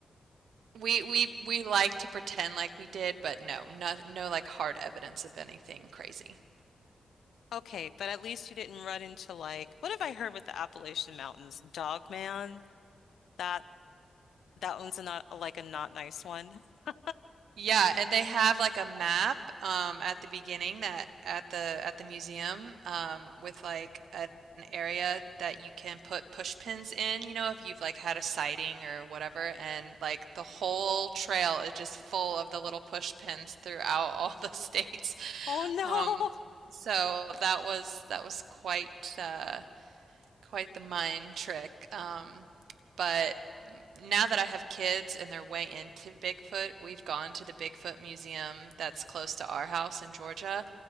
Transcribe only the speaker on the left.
<laughs> okay, but at least you didn't run into like what have I heard with the Appalachian Mountains? Dog man. That that one's a not like a not nice one. <laughs>
Oh no.